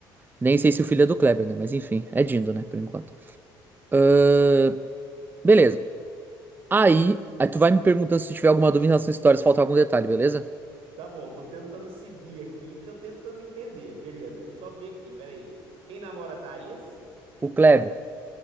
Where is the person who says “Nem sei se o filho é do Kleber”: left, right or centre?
Right